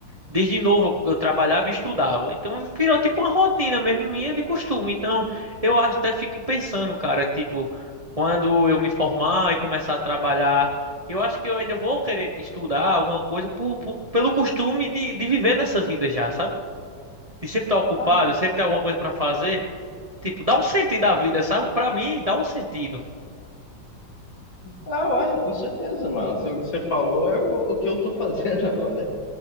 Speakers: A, on the right (about 20°); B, on the left (about 80°).
A: Desde novo eu trabalhava e estudava. Então virou tipo uma rotina mesmo minha de costume. Então eu até fico pensando, cara, tipo, quando eu me formar e começar a trabalhar, eu acho que eu ainda vou querer estudar alguma coisa por, por- pelo costume de, de viver nessa vida já, sabe? De sempre estar ocupado,
B: Ah,
A: sempre ter alguma coisa pra fazer. Tipo, dá um sentido à vida, sabe? Pra mim, dá um sentido.
B: Ah, ué, com certeza, mano. O que você falou é o, o que eu tô <laughs> fazendo agora.